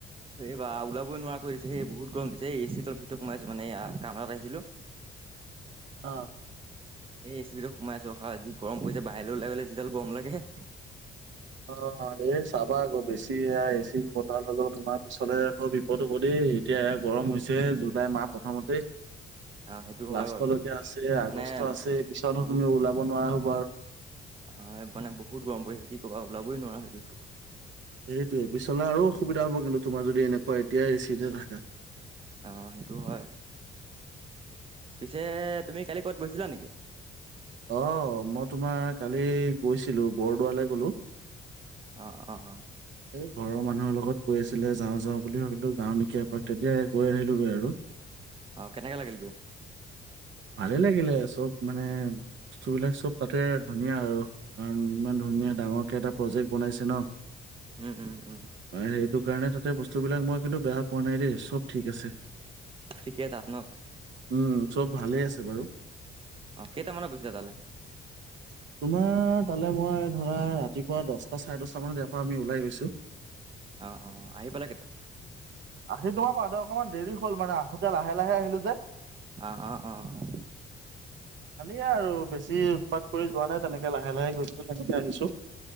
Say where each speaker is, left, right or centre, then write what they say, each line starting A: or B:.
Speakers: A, on the right; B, on the right.
A: এই বাহ ওল ক নোৱাৰা কৰি দিছে সেই বহুত গৰম দিছে এ চি তৰ ভিতৰত হোমাই আছো মানে এই কামত আহিছিলোঁ
B: অহ
A: এই এ ছি ভিতৰত সোমাই আছো ৰখা যি গৰম পৰিছে, বাহিৰলৈ ওলাই গ'লে যিডাল গৰম লাগে
B: অ এ চাবা আক বেছি এয়া এচি বতাৰ ললেও তোমাৰ পিচলে আকৌ বিপদ হ'ব দেই এতিয়া গৰম হৈছে জুলাই মাহ প্ৰথমতেই
A: অ', সেইটো
B: লাষ্টলৈকে
A: হয় বাৰু
B: আছে
A: মানে
B: আগষ্ট আছে পিছত
A: বহু
B: তুমি ওলাব নোৱাৰা হবা আৰু
A: অ', মানে বহুত গৰম পৰিছে কি ক'বা ওলাবই নোৱাৰা হৈ গৈছোঁ।
B: সেইটোয়ে, পিছলে আৰু অসুবিধা হব কিন্তু তোমাৰ যদি এনেকুৱা এতিয়া এচি তে থাকা
A: অ সেইটো হয়। পিছে তুমি কালি কৰবাত গৈছিলা নেকি?
B: অ', মই তোমাৰ কালি গৈছিলো বৰদোৱালৈ গ'লো
A: অঁ অঁ
B: এই ঘৰৰ মানুহৰ লগত কৈ আছিলে যাওঁ যাওঁ বুলি ভাবিলো যাওঁ নেকি এপাক তেতিয়া গৈ আহিলোগৈ আৰু
A: অ কেনেকা লাগিল গৈ
B: ভালে লাগিলে চব মানে বস্তুবিলাক চব তাতে ধুনীয়া আৰু কাৰণ ইমান ধুনীয়া ডাঙৰকে এটা প্ৰজেক্ট বনাইছে ন
A: উম, উম, উম,
B: হয় সেইটো সেইটো কাৰণে তাতে বস্তুবিলাক মই কিন্তু বেয়া পোৱা নাই দেই চব ঠিক আছে
A: ঠিকেই তাত ন
B: উম চব ভালেই আছে বাৰু।
A: অ কেইটামানত গৈছা তালে?
B: <unintelligible> তোমাৰ তালে মই ধৰা ৰাতিপুৱা দহটা চাৰে দশটা মানত ইয়াৰ পৰা আমি ওলাই গৈছো।
A: অ অ আহি পালা কেইটা
B: আহি তোমাৰ পাওঁতে অকণমান দেৰি হল মানে আহোতে লাহে লাহে আহিলো যে।
A: অঁ অঁ অঁ অঁ
B: খালি আৰু বেছি উৎপাত কৰি যোৱা নাই তেনেকে লাহে লাহে গৈছো তেনেকে আহিছোঁ